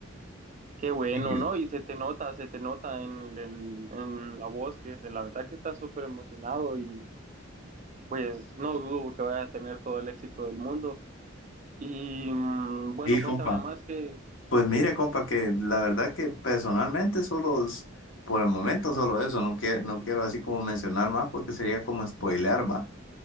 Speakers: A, on the right (about 40°); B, on the left (about 75°).
A: Qué bueno,
B: Sí,
A: ¿no? Y se te nota, se te nota en, el- en la voz, que es, la verdad que estás súper emocionado y pues no dudo que vaya a tener todo el éxito del mundo. Y mm, bueno,
B: Sí,
A: cuéntame
B: compa.
A: más que,
B: Pues mire, compa, que la verdad que personalmente solo, es- por el momento solo eso, no quiero, no quiero así como mencionar más porque sería como spoilear, va.